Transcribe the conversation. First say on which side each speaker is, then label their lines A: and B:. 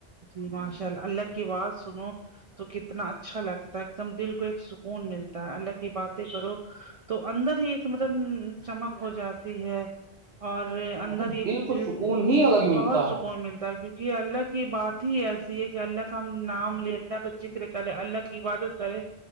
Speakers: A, on the right; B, on the right.
A: جی ماشاء اللہ اللہ کی آواز سنو تو کتنا اچھا لگتا ہے ایک دم دل کو ایک سکون ملتا ہے اللہ کی باتیں کرو تو اندر ہی ایک مطلب چمک ہو جاتی ہے اور اندر
B: ارے
A: ہی ایک
B: کو
A: دل
B: سکون
A: سے
B: ہی الگ ملتا
A: بہت سکون
B: ہے
A: ملتا ہے کیونکہ اللہ کی بات ہی ایسی ہے کہ اللہ کا ہم نام لے اللہ کا ذکر کرے اللہ کی عبادت کرے